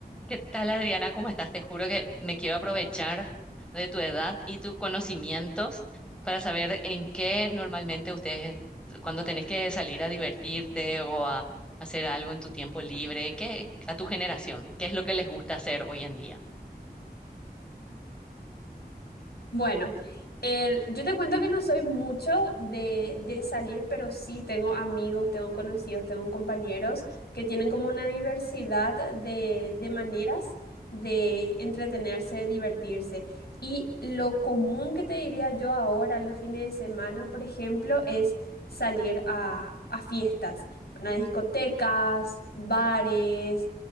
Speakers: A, in the centre; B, on the left.
A: ¿Qué tal, Adriana? ¿Cómo estás? Te juro que me quiero aprovechar de tu edad y tus conocimientos para saber en qué normalmente ustedes, cuando tenés que salir a divertirte o a hacer algo en tu tiempo libre, qué, a tu generación, qué es lo que les gusta hacer hoy en día.
B: Bueno, el- yo te cuento que no soy mucho de, de salir, pero sí tengo amigos, tengo conocidos, tengo compañeros que tienen como una diversidad de, de maneras de entretenerse, de divertirse. Y lo común que te diría yo ahora, los fines de semana, por ejemplo, es salir a, a fiestas, a discotecas, bares.